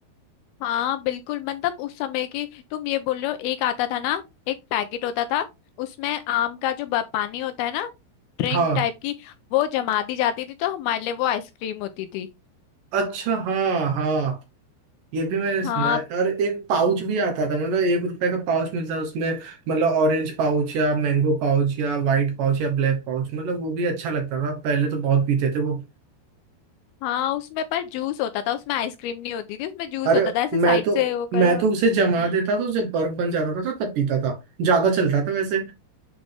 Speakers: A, on the left; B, on the right.
A: हाँ बिल्कुल मतलब उस समय की तुम ये बोल रहे हो एक आता था ना एक पैकेट होता था उसमें आम का जो ब- पानी होता है ना ड्रिंक
B: हाँ
A: टाइप की वो जमा दी जाती थी तो हमारे लिए वो आइसक्रीम होती थी
B: अच्छा हाँ हाँ ये भी मैंने सुना
A: हाँ
B: है और एक पाउच भी आता था मतलब एक रुपए का पाउच मिलता था उसमें मतलब ऑरेंज पाउच या मैंगो पाउच या वाइट पाउच या ब्लैक पाउच मतलब वो भी अच्छा लगता था पहले तो बहुत पीते थे वो।
A: हाँ उसमें पर जूस होता था उसमें आइसक्रीम नहीं होती थी उसमें जूस
B: अरे
A: होता था ऐसे
B: मैं
A: साइड
B: तो
A: से वो करो
B: मैं तो
A: हम्म
B: उसे जमा देता तो जब बर्फ बन जाता था तो तब पीता था ज्यादा चलता था वैसे